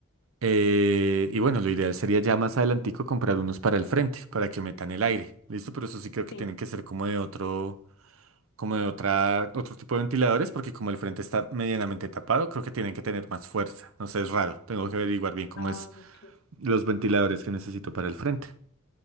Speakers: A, on the right; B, on the left.
A: eh, y bueno, lo ideal sería ya más adelantico comprar unos para el frente, para que metan el aire. ¿Listo? Pero eso sí creo que
B: Sí.
A: tienen que ser como de otro, como de otra, otro tipo de ventiladores, porque como el frente está medianamente tapado, creo que tienen que tener más fuerza. No sé, es raro. Tengo que averiguar bien cómo
B: Ah,
A: es
B: ok.
A: los ventiladores que necesito para el frente.